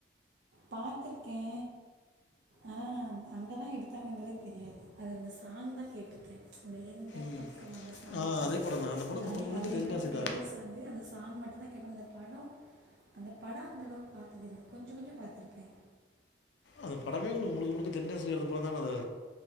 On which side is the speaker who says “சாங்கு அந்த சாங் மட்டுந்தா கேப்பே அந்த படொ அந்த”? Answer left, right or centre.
Right